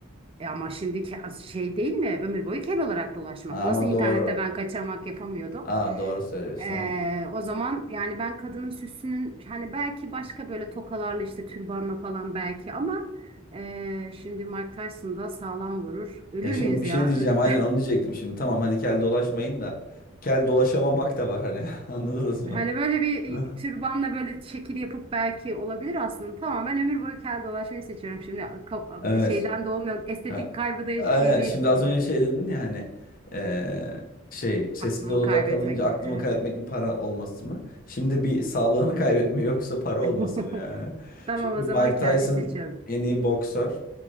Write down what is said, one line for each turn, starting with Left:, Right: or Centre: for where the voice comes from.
Right: E ama şimdiki az- şey değil mi? Ömür boyu kel olarak dolaşmak.
Left: Ha,
Right: Nasıl
Left: ama
Right: internette
Left: doğru.
Right: ben kaçamak yapamıyordum.
Left: Ha, doğru söylüyorsun.
Right: Ee,
Left: ha.
Right: o zaman yani ben kadının süsünün hani belki başka böyle tokalarla işte türbanla falan belki ama ee, şimdi Mike Tyson da sağlam vurur. Ölür
Left: E şimdi
Right: müyüz
Left: bir
Right: ya?
Left: şey diyeceğim.
Right: Ö-
Left: Aynen onu diyecektim şimdi. Tamam hadi kel dolaşmayın da. Kel dolaşamamak da var hani. <laughs> Anladınız mı?
Right: <laughs> Hani böyle bir
Left: <laughs>
Right: e, türbanla böyle şekil yapıp belki olabilir aslında. Tamam ben ömür boyu kel dolaşmayı seçiyorum. Şimdi ka-
Left: Evet.
Right: bir şeyden de olmuyor. Estetik
Left: A-
Right: kaybı da yaş-
Left: Aynen.
Right: şeyde
Left: Şimdi
Right: yaşamıyorum.
Left: az önce şey dedin ya hani eee, şey sessiz
Right: Aklımı
Left: odada
Right: kaybetmek.
Left: kalınca aklımı
Right: Evet.
Left: kaybetmek mi para olması mı? Şimdi bir sağlığını kaybetme yoksa para
Right: <laughs>
Left: olması mı yani?
Right: Tamam
Left: Çünkü
Right: o zaman
Left: Mike
Right: kelliyi
Left: Tyson
Right: seçiyorum.
Left: en iyi boksör.